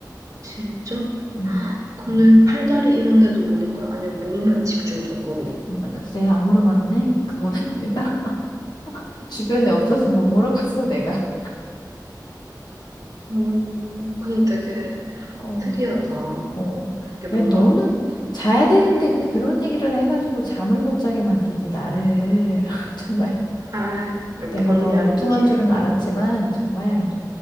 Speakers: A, on the right; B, on the left.
A: 진짜?
B: 음.
A: 근데 팔다리 이런 데도 무는 거야? 아니면 목만 집중적으로?
B: 나 글쎄 안 물어봤네. 그거는 <laughs> 내가 주변에 없어서 못 물어봤어, 내가.
A: 음, 근데 되게
B: 어,
A: 특이하다.
B: 어.
A: 이게 뭔가,
B: 야, 너는 자야 되는데
A: 음,
B: 그런 얘기를 해가지고 잠을 못 자게 만드니 나를 <laughs> 정말
A: 아, 이거
B: 내가
A: 본의
B: 너
A: 아니게.
B: 엉뚱한 줄은 알았지만 정말